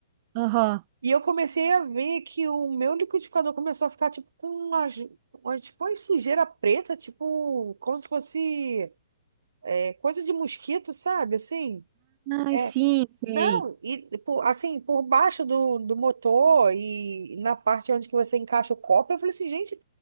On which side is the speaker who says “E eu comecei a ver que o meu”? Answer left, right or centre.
Right